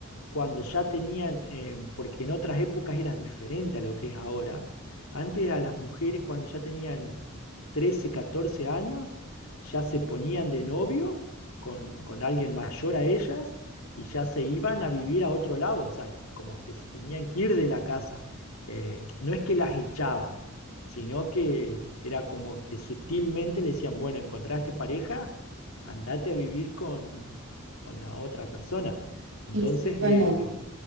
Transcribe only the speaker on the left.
cuando ya tenían, eh, porque en otras épocas era diferente a lo que es ahora, antes a las mujeres cuando ya tenían trece catorce años, ya se ponían de novio con, con alguien mayor a ellas y ya se iban a vivir a otro lado, o sea, como que se tenían que ir de la casa. Eh, no es que las echaban, sino que era como que sutilmente le decían, bueno, encontraste pareja, andate a vivir con, con la otra persona. Entonces,
eh,